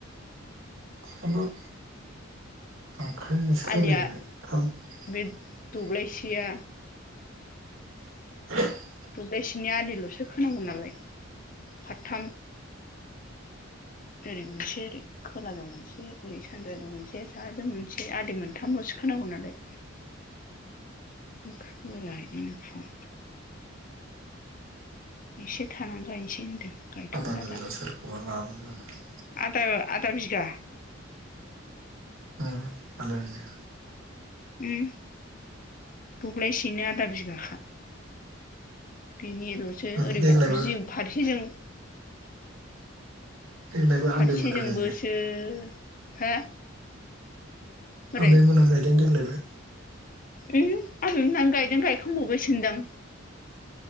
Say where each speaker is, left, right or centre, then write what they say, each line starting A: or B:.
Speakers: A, on the right (about 85°); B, on the left (about 40°).
A: हाबाब! आखाइजोंसो खोलाहैबाय
B: आलिया
A: <unintelligible>
B: बे दब्लायसेया
A: <inaudible>
B: दब्लायसेनि आलिल'सो खोनांगौ नालाय। फादथाम। ओरै मोनसे ओरै खोलाजों मोनसे ओरै सानजाजों मोनसे साहाजों मोनसे आलि मोनथामल'सो खोनांगौ नालाय खोला हैगोन बेखौ। एसे थानान गायनोसै होनदों। गायथ'ला
A: आदा बेला
B: दानो।
A: सोरखौबा लाबानो जानानै
B: आदो आदा बि <unintelligible>
A: उम आदा बिगा।
B: उम दब्लायसेयैनो आदा बिगाखा। बिनिल'सो
A: माने
B: ओरै
A: देग्लायबो
B: जिं फारसेजों
A: देग्लायबो
B: फारसेजोंबोसो,
A: आमबे मोना गायो
B: हो? बोरै
A: आमाइमोना गायदों देग्लायबो?
B: उम आबै मोनानो गायदों गायखां बावबायसोनदां?